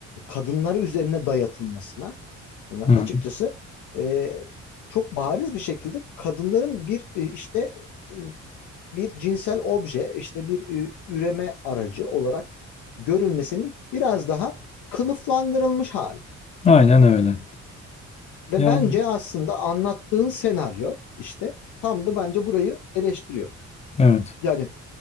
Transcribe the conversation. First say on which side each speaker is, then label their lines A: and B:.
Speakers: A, on the left (about 85°); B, on the left (about 20°).
A: kadınlara üzerine dayatılmasına e,
B: Hı hı.
A: açıkçası e, çok bariz bir şekilde kadınların bir e, işte e, bir cinsel obje, işte bir e, üreme aracı olarak görülmesinin biraz daha kılıflandırılmış hali.
B: Aynen öyle.
A: Ve
B: Yani
A: bence aslında anlattığın senaryo işte tam da bence burayı eleştiriyor.
B: evet.
A: Yani